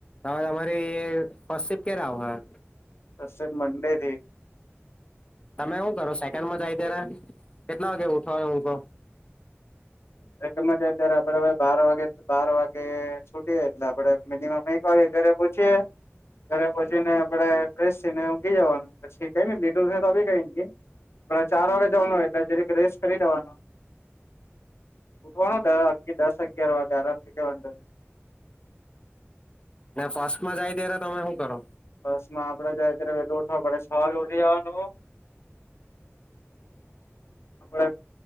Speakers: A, on the left; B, on the left.
A: હવે તમારી સ્પ કે્યારે હ
B: તે મંડેથી
A: તમે એવું કરો સેકન્ડમાં જ કેરા કેટલા વાગે ઉઠોય હું તો
B: ત્યારે આપે બાર વાગે બાર વાગે છૂટીએ એટલે આપણે મિનિમમ એક વાગે ઘરે પહચીએે ઘરે પહચીને આપે ફેશ થઈને ઉઊગી જવાનું પછી કઈ લીું તોી કઈ ચાર વાગે જવાનું હોય એટલે જે રી રેસ્ટ કરી લેવાનું ઉઠવાનું દસ અગિયાર વાગે આરામથી કેવા
A: ના ફર્સ્ટમાં જાય ત્યારે તમે શું કરો
B: બસમાં આપડે જાય ત્યારે વેું ઉઠવા પડે છ વાગે ઉઠી જવાનું આપ છ